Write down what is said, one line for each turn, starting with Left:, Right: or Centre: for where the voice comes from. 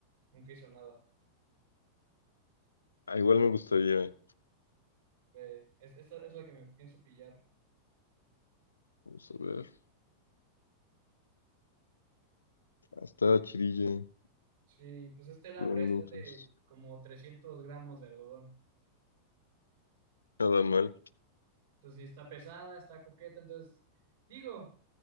Right: Nunca hizo nada.
Left: Ah, igual me gustaría,
Right: Ve, es, esta es la que me pienso pillar.
Left: vamos a ver. Hasta Chirille,
Right: Sí, pues es tela
Left: Burn
Right: gruesa
Left: Lotus.
Right: es de como 300 gramos de algodón.
Left: Nada mal.
Right: Entonces, sí, está pesada, está coqueta. Entonces, digo,